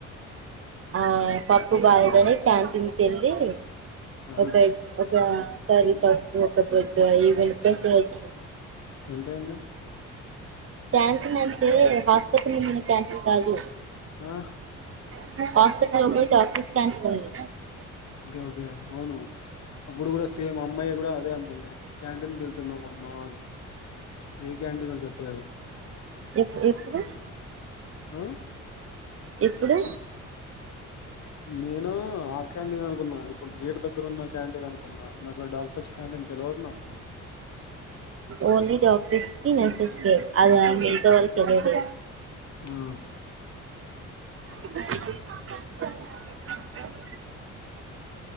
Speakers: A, on the right; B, on the left.
A: ఆ పప్పు బాలేదని క్యాంటీన్కేళ్ళి
B: ఆ
A: ఒక ఒకా కర్రి పప్పూ ఒక <unintelligible> ఇయి కలిపెట్టవచ్చు.
B: ఎంత అయింది.
A: క్యాంటీన్ అంటే హాస్పిటల్ల ఉండే క్యాంటీన్ కాదు.
B: ఆ
A: <unintelligible>
B: ఓకే ఓకే అవును అప్పుడు కూడా సేమ్ అమ్మాయి కూడా అదే అన్నది క్యాంటీన్ కెళ్తున్నామూ అన్ బావుంది నీకేంటిను చెప్పలేదు.
A: ఎక్ ఎక్కడ.
B: ఆ
A: ఇప్పుడు
B: నేను ఆ క్యాంటీన్ అనుకున్నా ఇప్పుడు గేట్ దగ్గర ఉన్న క్యాంటీన్ అనుకున్నా నాకు డాక్టర్స్ క్యాంటీ అని తెలవదు నాకు
A: ఓన్లీ డాక్టర్స్ కి నర్సస్ కి అది మిగతా వాళ్ళకి తెలీదు
B: ఆ
A: <unintelligible>